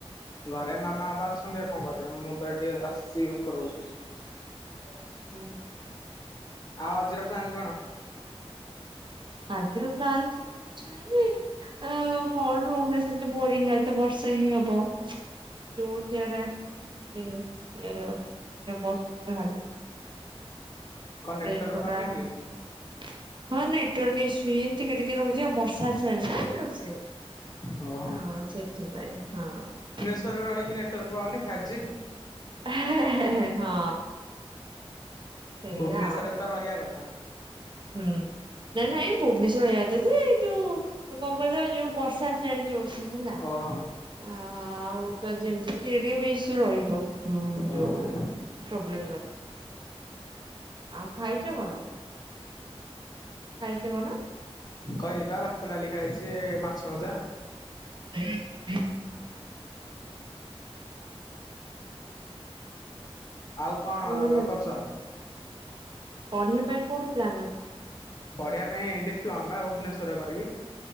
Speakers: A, on the left; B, on the right.
A: ଘରେ ମାମା ବାପା ଅଛନ୍ତି ଆ କଣ କରିବେ ମୁଁ ତ ଟିକେ ଆସିଛି ଉପରକୁ।
B: ହୁଁ
A: ଆଉ ଆଜିର ପ୍ଲାନ କଣ?
B: ଆଜିର ପ୍ଲାନ୍ ସେମିତି କିଛି ନାହିଁ ଆ କଣ ରୁମ୍ ରେ ସେତ ବୋରିଙ୍ଗ ଆଜି ତ ବର୍ଷା ହିଁ ହବ ଯୋଉ ସିଆଡ ଆସ ଏ - ଅଛି ମ ବସିଛି ବାହାରେ
A: କଣ ନେଟୱାର୍କ
B: ଡ୍ରେସ ପଟା
A: ପାଉନି
B: ହଁ
A: କି?
B: ନେଟୱାର୍କ ଇସୁ ଏମତିିକେ ଟିକେ ରହୁଛି ଆଉ ବର୍ଷା ଆସିଲାଣି ନା। ସେ
A: ଓହୋ
B: ହଁ ସେଥିପାଇଁ ହଁ।
A: ଘରେ ରହିିକିନା ନେଟୱାର୍କ ପାଉନି ଫାଇ୍ ବି ଜି
B: ହେଁ ହେଁ ହଁ ସେଇଆ
A: ଭୁବନେଶ୍ଵରରେ
B: ଆଉ
A: ତ ରହିବା କଥା
B: ହୁଁ ନାଇଁ ନାଇ ଏ ଭୁବନେଶ୍ୱର ରହିବା କଥା ଯେ ଯଉ କଣ କହିଲ ଯୋଉ ବର୍ଷା ଚାଡ଼ି ଜିବ ବର୍ଷା ହେଲା
A: ଓହୋ
B: ଅ ଆଉ ତ ଯେମିତି ହେଲେ ଟିକେ ଟିକେ ବେସି ରହିତୋ ହୁଁ
A: ଓହୋ
B: ଯୋଉ, ପ୍ରୋବ୍ଲେମ୍ ପାଇଁ, ଆଉ ଖାଇଛ କଣ? ଖାଇଛ କଣ?
A: କହିଲି ପା ଭାତ ଡାଲି ଖାଇଛି ମାଛ ଅଜା,
B: <inaudible>
A: ଆଉ କଣ
B: ଭଲ
A: ର କରୁଛ?
B: ପଢ଼ିବା ପାଇଁ କୋଉଠି ପ୍ଲାନ୍ ଅଛି?
A: ପଢ଼ିବା ପାଇଁ ଡିପ୍ଲୋମା ବା ଭୁବନେଶ୍ୱରରେ କରିବି।